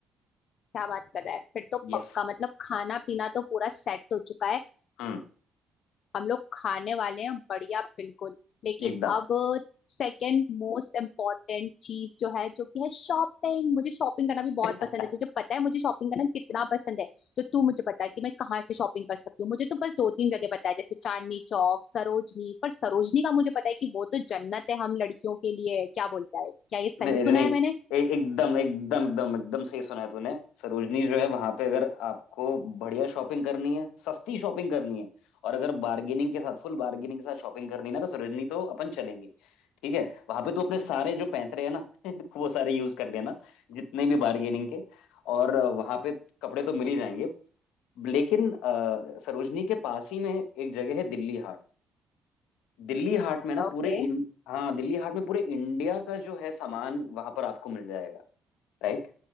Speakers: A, on the left (about 65°); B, on the left (about 75°).
A: क्या बात कर रहा है फिर तो
B: है
A: पक्का
B: यस
A: मतलब खाना पीना तो पूरा सेट हो चुका है
B: हम्म
A: हम लोग खाने वाले हैं बढ़िया बिल्कुल लेकिन
B: एकदम
A: अब सेकंड मोस्ट इम्पोर्टेंट चीज जो है जो कि है शॉपिंग मुझे शॉपिंग करना भी बहुत
B: <laughs>
A: पसंद है तुझे पता है मुझे शॉपिंग करना कितना पसंद है तो तू मुझे बता कि मैं कहाँ से शॉपिंग कर सकती हूँ मुझे तो बस दो तीन जगह पता है जैसे चांदनी चौक सरोजनी पर सरोजनी का मुझे पता है कि वो तो जन्नत है हम लड़कियों के लिए क्या बोलता है क्या ये सही
B: नहीं नहीं
A: सुना है मैंने
B: ए, एकदम एकदम एकदम एकदम सही सुना है तूने सरोजनी जो है वहां पे अगर आपको बढ़िया शॉपिंग करनी है सस्ती शॉपिंग करनी है और अगर बार्गेनिंग के साथ फुल बार्गेनिंग के साथ शॉपिंग करनी है ना तो सरोजनी तो अपन चलेंगे ठीक है वहां पे तू अपने सारे जो पैंतरे हैं ना <laughs> वो सारे यूज कर लेना जितने भी बार्गेनिंग के और वहां पे कपड़े तो मिल ही जाएंगे लेकिन अ, सरोजनी के पास ही में एक जगह है दिल्ली हाट दिल्ली हाट में ना
A: ओके
B: पूरे इं- हाँ दिल्ली हाट में पूरे इंडिया का जो है सामान वहां पर आपको मिल राइट